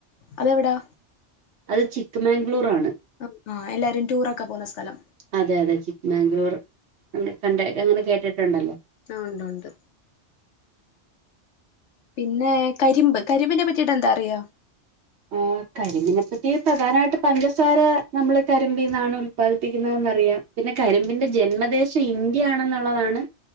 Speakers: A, on the left; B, on the right.
A: അതെവിടാ?
B: അത് ചിക്ക് മാംഗ്ലൂർ ആണ്
A: ആഹ്ന് ആഹ് എല്ലാരും ടൂറൊക്കെ പോകുന്ന സ്ഥലം
B: അതെ അതെ ചിക്ക്മംഗ്ലൂർ കണ്ട് അങ്ങനെ കേട്ടിട്ടുണ്ടല്ലോ
A: ആഹ് ഉണ്ട് ഉണ്ട് പിന്നെ കരിമ്പ് കരിമ്പിനെ പറ്റിട്ട് എന്താറിയാ
B: ആഹ് കരിമ്പിനെപ്പറ്റി പ്രധാനമായിട്ട് പഞ്ചസാര നമ്മള് കരിമ്പ്‌ ന്നാണ് ഉല്പാദിപ്പിക്കുന്നത് അറിയാം പിന്നെ കരിമ്പിന്റെ ജന്മദേശം ഇന്ത്യ ആണെന്നുള്ളതാണ്